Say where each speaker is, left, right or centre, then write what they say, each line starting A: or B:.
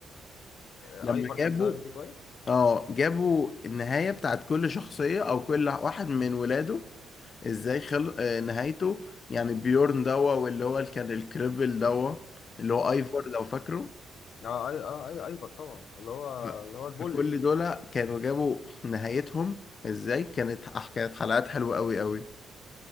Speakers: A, on the left; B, on the left.
A: آه
B: لما
A: ايفر
B: جابوا
A: كان صغير فيه كويس
B: اه جابوا النهاية بتاعت كل شخصية او كل واحد من ولاده ازاي خل... آه، نهايته يعني بيورن دوا واللي هو اللي كان الكريبل دوا اللي هو ايفور لو فاكره
A: اه اي اه اي ايفر طبعا اللي هو
B: ف-
A: اللي هو البوليس
B: فكل دول كانوا جابوا نهايتهم ازاي كانت ح- كانت حلقات حلوة قوي قوي